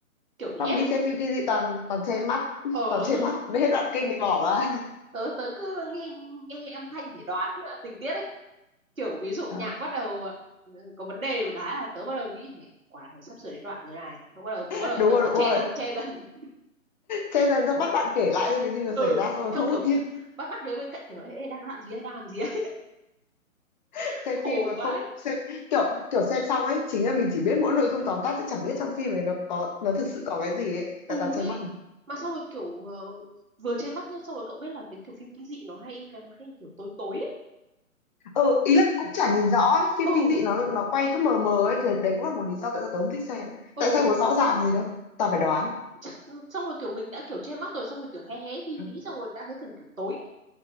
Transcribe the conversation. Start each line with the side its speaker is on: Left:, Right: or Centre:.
Right: kiểu bị
Left: xong
Right: ép
Left: đi
Right: ấy
Left: xem phim kinh dị toàn toàn che mắt <laughs>
Right: ờ
Left: toàn che
Right: <laughs>
Left: mắt đến hết đoạn kinh thì bỏ ra
Right: tớ tớ cứ nghe nghe âm thanh để đoán ờ, tình tiết ấy kiểu ví dụ
Left: à,
Right: nhạc bắt đầu ừ, có vấn đề một cái là tớ bắt đầu nghĩ mẹ quái sắp sửa đến đoạn rồi này xong bắt đầu tớ
Left: <laughs>
Right: bắt đầu
Left: đúng
Right: tớ,
Left: rồi
Right: tớ
Left: đúng rồi
Right: che dần che dần <laughs>
Left: che dần xong bắt bạn kể lại thôi cái gì vừa
Right: ừ
Left: xảy ra xong rồi
Right: xong
Left: thôi
Right: kiểu c- bắt bắt đứa bên cạnh kiểu ê, ê đang làm gì ấy đang làm gì ấy
Left: <laughs>
Right: <laughs>
Left: xem
Right: khổ
Left: phim mà không
Right: vãi
Left: xem kiểu kiểu xem xong ấy chính là mình chỉ biết mỗi nội dung tóm tắt chứ chẳng biết trong phim này nó có nó thực sự có cái gì ấy
Right: ừ
Left: tại toàn che
Right: ấy
Left: mắt mà.
Right: mà xong rồi kiểu ờ, vừa che mắt nhá xong rồi cậu biết là cái kiểu phim kinh dị nó hay hay nó hay kiểu tối tối ấy
Left: ừ ý là cũng chả nhìn rõ ấy. phim
Right: ừ
Left: kinh dị nó nó quay cứ mờ mờ ấy thì đấy cũng là một lý do tại sao tớ không thích xem ấy
Right: ừ
Left: tại sao có rõ ràng gì đâu tao phải
Right: Ơ,
Left: đoán
Right: ch- xong rồi kiểu mình đã kiểu che mắt rồi xong rồi kiểu hé hé tí
Left: Ừ.
Right: tí xong rồi đã thấy cần kiểu tối